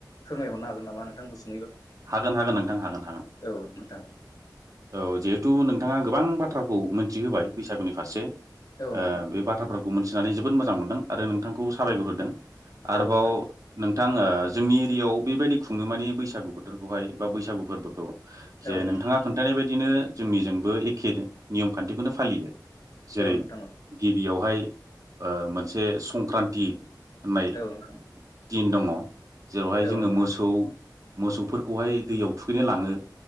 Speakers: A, on the left; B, on the right.
A: फोरमायहरनो हागोन नामा नोंथांखौ गुसुं
B: हागोन हागोन नोंथां हागोन हागोन।
A: औ नोंथां
B: औ जिहे तु नोंथाङा गोबां बाथ्राखौ मोनथि होबाय बैसागुनि फारसे
A: औ
B: ओ
A: नोंथां
B: बे बाथ्राफोरखौ मोनथिनानै जोबोद मोजां मोनदों आरो नोंथांखौ साबायखर होदों आरोबाव
A: औ नोंथां
B: नों थां ओ जोंनि एरियायाव बेबायदि खुङो माने बैसागु बोथोरखौहाय बा बैसागु फोरबोखौ जे
A: औ नोंथां
B: नोंथाङा खोन्थानाय बायदिनो जोंनिजोंबो एखे नियम खान्थिखौनो फालियो। जेरै
A: औ नोंथां
B: गिबियावहाय ओ मोनसे संक्रान्ति होननाय
A: औ नोंथां
B: दिन दङ जेरावहाय जोङो
A: नोंथां
B: मोसौ मोसौफोरखौहाय दैयाव थुखैनो लाङो